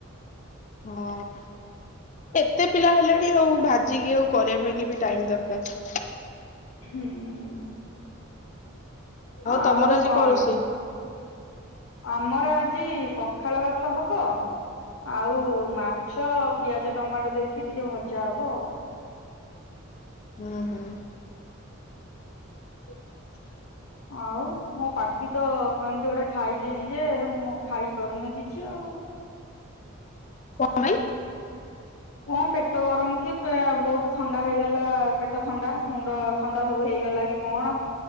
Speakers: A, on the left; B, on the left.
A: ହଁ। ଏତେ ପିଲା ହେଲାଣି ଆଉ ଭାଜିକି ଆଉ କରିବା ପାଇଁ ବି ଟାଇମ୍ ଦରକାର।
B: ହୁଁ ଆଉ
A: ତମର ଆଜି
B: କଣ?
A: ରୋଷେଇ?
B: ଆମର ଆଜି ପଖାଳ ଭାତ ହବ। ଆଉ ମାଛ ପିଆଜ ଟମାଟୋ ଦେଇକି ଟିକେ ଭଜା ହବ।
A: ହୁଁ ହୁଁ।
B: <unintelligible> ଆଉ ମୋ ପାଟି ତ କେମିତି ଗୋଟେ ଖାଇଯାଇଛି ଯେ ମୁଁ ଖାଇ ପାରୁନି କିଛି ଆଉ।
A: କଣ ପାଇଁ?
B: କଣ ପେଟ ଗରମ କି ବୋହୁତ୍ ଥଣ୍ଡା ହେଇଗଲା ପେଟ ଥଣ୍ଡା ମୁଣ୍ଡ ଥଣ୍ଡା ସବୁ ହେଇଗଲା କି କଣ?